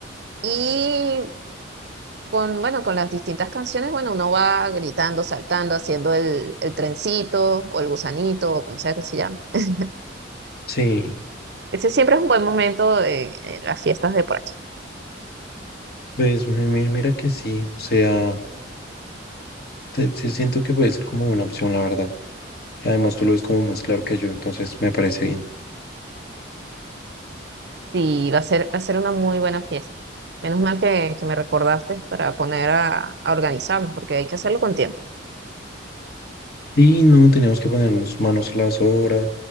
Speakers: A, on the right (about 55°); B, on the left (about 50°).
A: Y con, bueno, con las distintas canciones, bueno, uno va gritando, saltando, haciendo el, el trencito o el gusanito o como sea que se llame. <laughs>
B: Sí,
A: Ese siempre es un buen momento en, en las fiestas de por aquí.
B: pues mi- mi- mira que sí. O sea... Te- te siento que puede ser como una opción, la verdad. Y además tú lo ves como más claro que yo, entonces me parece bien.
A: y va a ser, va a ser una muy buena fiesta. Menos mal que, que me recordaste para poner a, a organizarnos, porque hay que hacerlo con tiempo.
B: sí no, tenemos que ponernos manos a las obras,